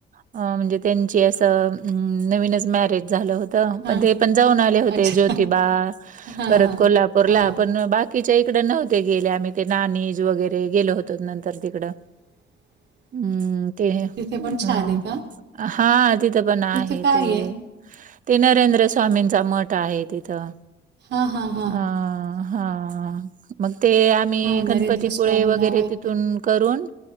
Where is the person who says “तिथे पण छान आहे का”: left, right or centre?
Right